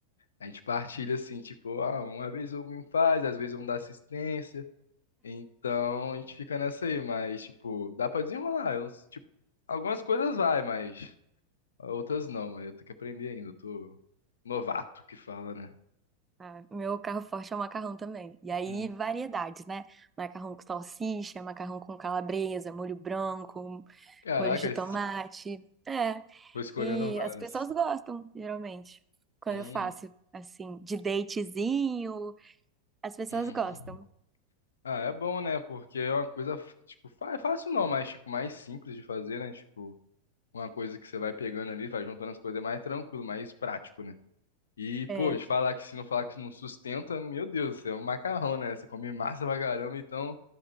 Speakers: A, on the left; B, on the right.
A: a gente partilha assim, tipo, ah, uma vez um me faz, às vezes um dá assistência. Então, a gente fica nessa aí, mas, tipo, dá pra desenrolar. Eu não s- tipo, algumas coisas vai, mas outras não, mas eu tenho que aprender ainda. Eu tô novato que fala, né?
B: Ah, meu carro forte é o macarrão também. E aí,
A: Hum.
B: variedades, né? Macarrão com salsicha, macarrão com calabresa, molho branco,
A: Caraca,
B: molho de
A: es-
B: tomate. É.
A: vou escolhendo
B: E
A: várias.
B: as pessoas gostam, geralmente, quando
A: Hum,
B: eu faço. Assim, de datezinho, as pessoas
A: uhum.
B: gostam.
A: Ah, é bom, né? Porque é uma coisa, tipo, fa- é fácil não, mas, tipo, mais simples de fazer, né? Tipo, uma coisa que você vai pegando ali, vai juntando as coisas, é mais tranquilo, mais prático, né? E,
B: É,
A: pô, de falar que se não falar que não sustenta, meu Deus, você é um macarrão, né? Você come massa pra caramba, então